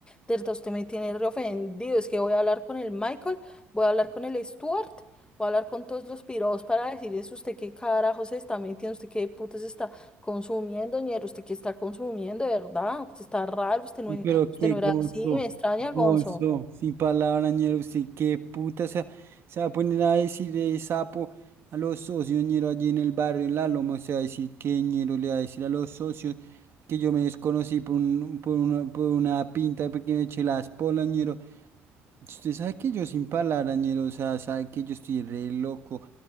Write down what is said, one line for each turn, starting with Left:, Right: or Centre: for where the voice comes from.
Left: Delta, usted me tiene re ofendido. Es que voy a hablar con el Michael, voy a hablar con el Stuart, voy a hablar con todos los pirados para decirles usted qué carajo se está metiendo, usted qué puta se está consumiendo, ñero, usted qué está consumiendo, de verdad. Usted está raro, usted no,
Right: Y Pero
Left: usted
Right: qué
Left: no
Right: gozo,
Left: era así, me extraña,
Right: gozo,
Left: Gonzo.
Right: sin palabra, ñero, usted qué puta, o sea, se va a poner a decir de sapo a los socios, ñero, allí en el barrio, en la loma, se va a decir que ñero le va a decir a los socios que yo me desconocí por, un- por, una, por una pinta porque me eché las polas, ñero, Usted sabe que yo sin palabrañero, o sea, sabe que yo estoy re loco.